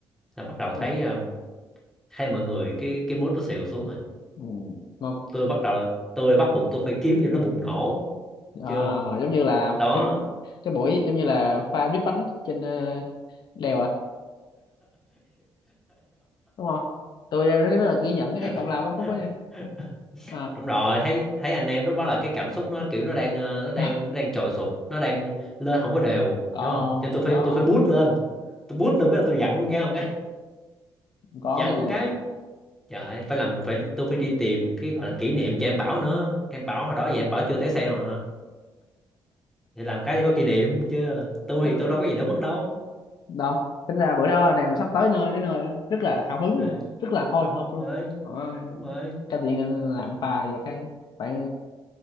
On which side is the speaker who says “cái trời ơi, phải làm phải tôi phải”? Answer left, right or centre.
Centre